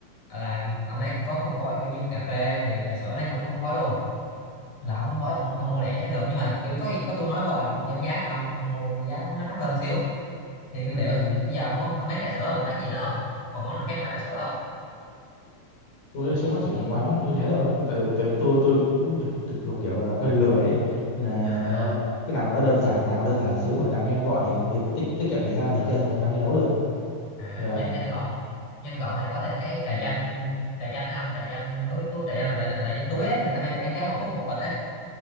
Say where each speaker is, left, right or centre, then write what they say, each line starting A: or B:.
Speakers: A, on the left; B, on the left.
A: là ông đấy cũng có phân phối kiểu như cà phê này trà sữa này ông có phân phối luôn là ông gói ông ông mua lẻ được nhưng mà kiểu có gì có tôi nói với là ông giảm giá cho ông ông mua giá nó thấp hơn xíu thì nguyên
B: Ừm,
A: liệu bây giờ ông bán, ông bán trà sữa ông còn bán gì nữa không còn món nào khác ngoài trà sữa không
B: tôi nghĩ là trước mắt chỉ
A: như
B: cần bán như thế thôi tại, vì- tại vì tôi tôi cũng thực thực thực kiểu là hơi lười ấy nên là
A: à
B: nó cái nào mà nó đơn giản nào đơn giản xíu mà làm nhanh gọn này để tiết, tiết kiệm thời gian
A: à
B: này kia xong rồi mang đi nấu được
A: à
B: ừ, à,
A: nhanh nhanh gọn nhanh gọn thì có thêm cái trà
B: ừ.
A: chanh trà chanh đó không trà chanh túi túi trà chanh mà để trà chanh túi á người ta hay bán cái một phút một bịch á